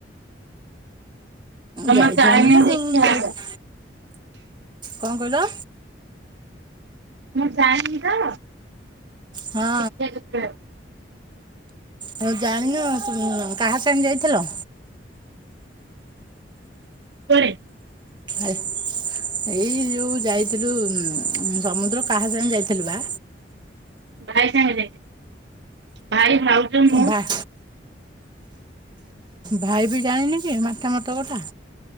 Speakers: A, on the right; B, on the right.
A: ଜମା
B: ଯାଇଥାନ୍ତ
A: ଯାଇନି
B: ନା
A: ଦେଖିବା
B: ଯାଇଥ କଣ କହିଲ?
A: ମୁଁ ଜାଣିନି ତ ଦେଖିବା।
B: ହଁ
A: <unintelligible>
B: ହଉ ଜାଣିନ, କାହା ସାଙ୍ଗେ ଯାଇଥିଲ?
A: କୁଆଡେ଼?
B: ଆ ଏଇ ଯୋଉ ଯାଇଥିଲୁ ସମୁଦ୍ର କାହା ସାଙ୍ଗରେ ଯାଇଥିଲୁ ବା?
A: ଭାଇ ସାଙ୍ଗରେ ଯାଇଥିଲି ଭାଇ, ଭାଉଜ ମୁଁ
B: ଭାଇ ଭାଇ ବି ଜାଣିନି କି ମାତାମଠ କଥା?